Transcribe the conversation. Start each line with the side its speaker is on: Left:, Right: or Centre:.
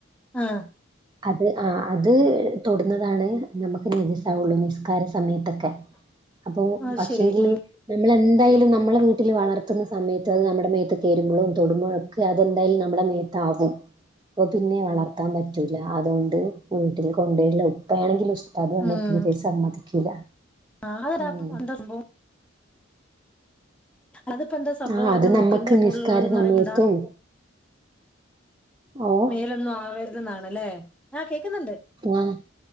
Centre: ആഹ്.
Right: അത് ആഹ്, അത് തൊടുന്നതാണ് നമ്മക്ക് നജസാവുള്ളു നിസ്കാര സമയത്തൊക്കെ.
Centre: <inaudible>
Right: അപ്പൊ
Centre: അത്
Right: പക്ഷെങ്കില്
Centre: ശരി ഉം
Right: നമ്മളെന്തായാലും നമ്മളെ വീട്ടില് വളർത്തുന്ന സമയത്ത് അയ് നമ്മുടെ മേത്ത് കേരുമ്പോഴും തൊടുമ്പോഴോ അതന്തായലും നമ്മടെ മേത്താവും, അപ്പൊ പിന്നെ വളർത്താൻ പറ്റൂ അതുകൊണ്ട് വീട്ടിൽ കൊണ്ടര്ല്ലാ ഉപ്പയാണെങ്കില് ഉസ്താദ് ആണ്
Centre: ഉം
Right: തീരെ സമ്മതിക്കൂല.
Centre: <unintelligible>
Right: ഉം
Centre: <unintelligible> അതിപ്പോ ന്താ സംഭവം
Right: ആ അത്
Centre: മൂക്കിന്റെ
Right: നമ്മക്ക്
Centre: മോൾലുള്ളത്ന്ന്
Right: നിസ്കാര സമയത്തും
Centre: പറയുമ്പന്താ?
Right: ഓഹ്
Centre: മേലൊന്നും ആവര്തെന്നാണല്ലേ ആഹ് കേക്കുന്നുണ്ട്.
Right: ആഹ്